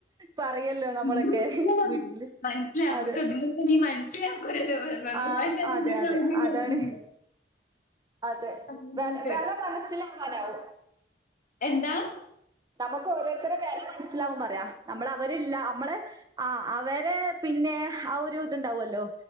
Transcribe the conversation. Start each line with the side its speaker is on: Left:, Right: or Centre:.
Right: പറയൂല്ലോ നമ്മളൊക്കെ
Left: ഇത് മനസ്സിലാ പറയും
Right: വീട്ടില്
Left: മനസ്സിലാക്കൂട്ടോ
Right: അതെ
Left: ഇതിനൊക്കെ നീ മനസ്സിലാക്കരുത്
Right: ആഹ്
Left: പക്ഷെ അതിങ്ങനെ
Right: അതെ അതെ
Left: അറിയില്ല
Right: അതാണ് അതെ
Left: അങ്ങനെയൊക്കെ.
Right: വില മനസ്സിലാവാനാവൂ
Left: എന്താ
Right: നമുക്ക് ഓരോരുത്തരെ വില മനസ്സിലാവും പറയാ നമ്മള് അവരില്ലാ നമ്മള് ആഹ് അവര് പിന്നെ ആഹ് ഒരു ഇതുണ്ടാവുമല്ലോ